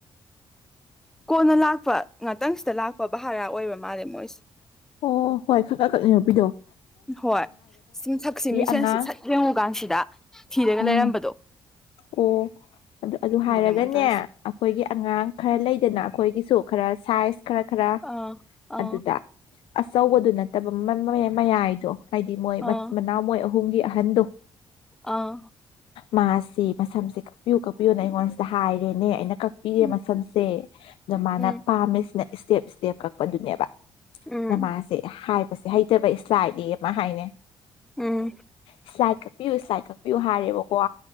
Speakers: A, in the centre; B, on the left (about 75°).
A: ꯀꯣꯟꯅ ꯂꯥꯛꯄ ꯉꯥꯛꯇꯪ ꯁꯤꯗ ꯂꯥꯛꯄ ꯕꯔꯥ ꯑꯣꯏꯕ ꯃꯥꯜꯂꯦ ꯃꯣꯏꯁꯦ
B: ꯑꯣ ꯍꯣꯏ ꯈꯔ ꯈꯔ <unintelligible>
A: ꯍꯣꯏ ꯆꯤꯡꯊꯛꯁꯤ ꯃꯤꯡꯁꯟꯁꯤ
B: ꯑꯉꯥꯡ
A: ꯁꯛ ꯌꯦꯡꯉꯨꯀꯥꯟꯁꯤꯗ ꯊꯤꯔꯒ
B: ꯎꯝ
A: ꯂꯩꯔꯝꯕꯗꯣ
B: ꯑꯣ ꯑꯗꯨ ꯑꯗꯨ ꯍꯥꯏꯔꯒꯅꯦ
A: ꯑꯗꯨꯅꯦ ꯃꯣꯏ ꯇꯧꯔꯤꯁꯦ
B: ꯑꯈꯣꯏꯒꯤ ꯑꯉꯥꯡ ꯈꯔ ꯂꯩꯗꯅ ꯑꯩꯈꯣꯏꯒꯤꯁꯨ ꯈꯔ ꯁꯥꯏꯁ ꯈꯔ ꯈꯔ
A: ꯑꯥ ꯑꯥ
B: ꯑꯗꯨꯗ ꯑꯆꯧꯕꯗꯨ ꯅꯠꯇꯕ ꯃꯌꯥꯏꯗꯣ ꯍꯥꯏꯗꯤ ꯃꯣꯏ ꯃꯆꯤꯟ
A: ꯑꯥ
B: ꯃꯅꯥꯎ ꯃꯣꯏ ꯑꯍꯨꯝꯒꯤ ꯑꯍꯟꯗꯣ
A: ꯑ
B: ꯃꯥꯁꯤ ꯃꯁꯝꯁꯤ ꯀꯛꯄꯤꯌꯨ ꯀꯛꯄꯤꯌꯨꯅ ꯑꯩꯉꯣꯟꯁꯤꯗ ꯍꯥꯏꯔꯦꯅꯦ ꯑꯩꯅ ꯀꯛ ꯄꯤꯔꯦ
A: ꯎꯝ
B: ꯃꯁꯝꯁꯦ ꯑꯗꯨ ꯃꯥꯅ
A: ꯎꯝ
B: ꯄꯥꯝꯃꯤꯁꯤꯅ ꯏꯁꯇꯦꯞ ꯏꯁꯇꯦꯞ ꯀꯛꯄꯗꯨꯅꯦꯕ <unintelligible>
A: ꯎꯝ
B: ꯃꯥꯁꯦ ꯍꯥꯏꯕꯁꯦ ꯍꯩꯇꯕ ꯏꯁꯂꯥꯏꯠꯅꯦꯌꯦ ꯃꯥ ꯍꯥꯏꯅꯦ
A: ꯎꯝ
B: ꯏꯁꯂꯥꯏꯠ ꯀꯛꯄꯤꯌꯨ ꯏꯁꯂꯥꯏꯠ ꯀꯛꯄꯤꯌꯨ ꯍꯥꯏꯔꯦꯕꯀꯣ